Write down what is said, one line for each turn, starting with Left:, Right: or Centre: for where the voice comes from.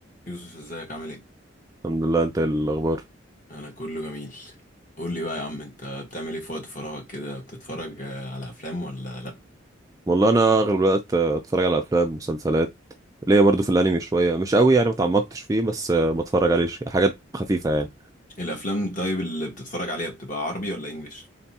Left: يوسف ازيك عامل ايه؟
Right: الحمد لله انت ايه الاخبار
Left: انا كله جميل قول لي بقى يا عم انت بتعمل ايه في وقت فراغك كده بتتفرج آه، على افلام ولا لا
Right: والله انا اغلب الوقت اتفرج على افلام مسلسلات ليا برضو في الانمي شويه مش قوي يعني ما اتعمقتش فيه بس آه، بتفرج عليه ش- حاجات خفيفه يعني
Left: الافلام طيب اللي بتتفرج عليها بتبقى عربي ولا انجليش